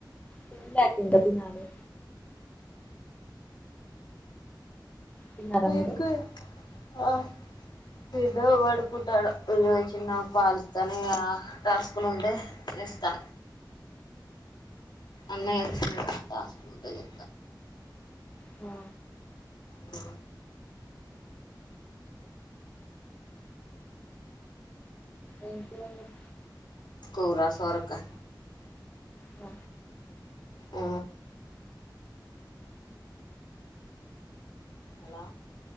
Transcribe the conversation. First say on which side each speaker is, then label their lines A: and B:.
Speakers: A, on the left (about 20°); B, on the left (about 70°).
A: తిన్లా అక్క ఇంక తినాలి. తిన్నారా
B: మీకు
A: మీరు
B: ఆ పేద్దోడు పడుకుంటాడు. ఇగో చిన్న పాలిస్తనే అ టాస్క్లు ఉంటే ఇస్తా అన్నయ్య వచ్చిండు గా టాస్క్లు ఉంటే చే
A: ఆ
B: ఉ
A: ఎం కూర మీద్
B: కూర సొరకాయ
A: అ
B: ఊ హలో